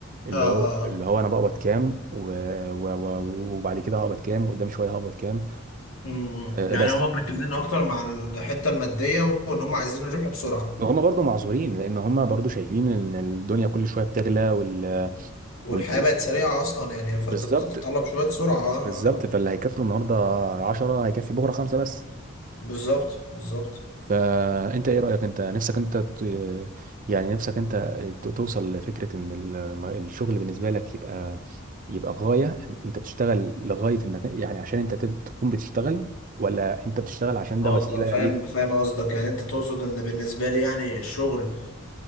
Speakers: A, on the right; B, on the left.
A: اللي
B: اه
A: هو
B: اه
A: اللي هو انا بقبض كام و... و... و... وبعد كده هقبض كام وقدام شوية هقبض كام
B: امم
A: أه
B: يعني
A: بس
B: هم مركزين اكتر مع الحته الماديه وان هم عايزين الربح بسرعه
A: وهم برضو معذورين لان هم برضو شايفين ان الدنيا كل شوية بتغلى وال...
B: والحياه
A: والفلوس
B: بقت سريعه اصلا يعني فانت
A: بالظبط
B: بتتطلب شويه سرعه اه
A: بالظبط
B: اه
A: فاللي هيكفي النهارده 10 هيكفي بكره خمسة بس
B: بالظبط بالظبط
A: فانت ايه رأيك انت نفسك انت ت- يعني نفسك انت ت- توصل لفكرة ان الم- الشغل بالنسبة لك يبقى يبقى غاية انت بتشتغل لغاية انك يعني عشان انت تب- تكون بتشتغل ولا انت بتشتغل عشان
B: اه
A: ده وسيلة
B: فاهم
A: ليك
B: فاهم قصدك يعني انت تقصد ان بالنسبه لي يعني الشغل